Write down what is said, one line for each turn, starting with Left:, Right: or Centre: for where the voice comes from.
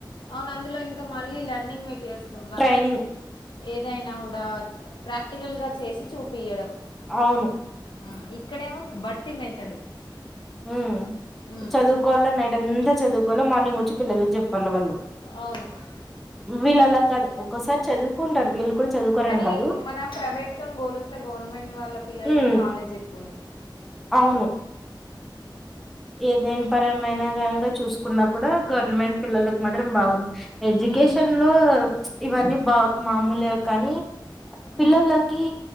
Left: అవును అందులో ఇంకా మళ్ళీ లెర్నింగ్ మీట్ చేస్త
Centre: ట్రైనింగ్
Left: ఏదైనా కూడా ప్రాక్టికల్గా చేసి చూపియ్యడం
Centre: అవును
Left: ఆ ఇక్కడేమో బట్టి మెతడు
Centre: ఉ
Left: మ్మ్
Centre: చదువుకోవాల నైట్ అంతా చదువుకోల మార్నింగ్ వచ్చి పిల్లలకి చెప్పాల వాళ్ళు
Left: అవును
Centre: వీళ్ళు అలా కాదు ఒక్కోసారి చదువుకుంటారు వీళ్ళు కూడా చదువుకోరని
Left: కానీ
Centre: కాదు
Left: మన ప్రైవేట్తో పోలిస్తే గవర్నమెంట్ వాళ్ళ పిల్లలకే
Centre: హ్మ్
Left: నాలెడ్జ్ ఎక్కువుంది.
Centre: అవును ఏదైైన్ పరమ్ మైనేనంగా చూసుకున్నా కూడా గవర్నమెంట్ పిల్లలలకు మాత్రం బాగుంది. ఎడ్యుకేషన్
Left: మ్మ్
Centre: లో ఇవన్నీ బాగ్ మామూలే కానీ పిల్లలకి
Left: మ్మ్